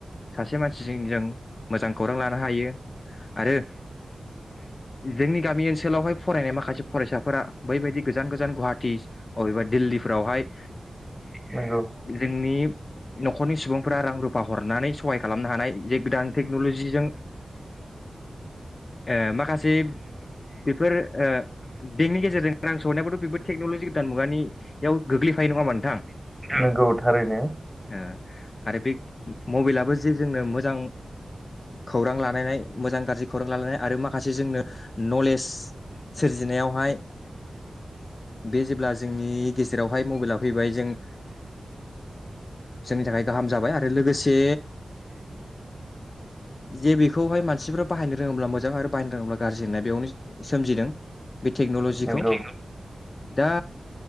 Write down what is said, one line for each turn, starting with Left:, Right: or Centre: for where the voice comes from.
Left: सासे मानसिजों जों मोजां खौरां लानो हायो आरो जोंनि गामि ओनसोलावहाय फरायनाय माखासे फरायसाफोरा बैबायदि गोजान गोजान गुवाहाटि अबेबा दिल्ली। फोरावहाय।
Centre: नंगौ
Left: जोंनि न'खरनि सुबुंफोरा रां रुफा हरनानै सहाय खालामनो हानाय जे गोदान टेक्न'लजिजों ओ माखासे बेफोर ओ बेंकनि गेजेरजों रां सहैनायबाथ' बेफोर टेक्न'लजि गोदान मुगानि। बेयाव गोग्लैफायो नङा होमबा नोंथां।
Centre: नंगौ थारैनो
Left: ओ आरो बे मबाइलाबो जे जोंनो मोजां खौरां लालायनाय मोजां गाज्रि खौरां लालायनाय आरो माखासे जोंनो नलेज सोरजिनायावहाय बे जेब्ला जोंनि गेजेरावहाय मबाइला फैबाय जों ओ जोंनि थाखाय गाहाम जाबाय आरो लोगोसे जे बेखौहाय मानसिफोरा बाहायनो रोङोब्ला मोजां आरो बाहायनो रोङोब्ला गाज्रि होननाय बेयावनो सोमजिदों बे टेक्न'लजिखौ
Centre: नंगौ
Left: दा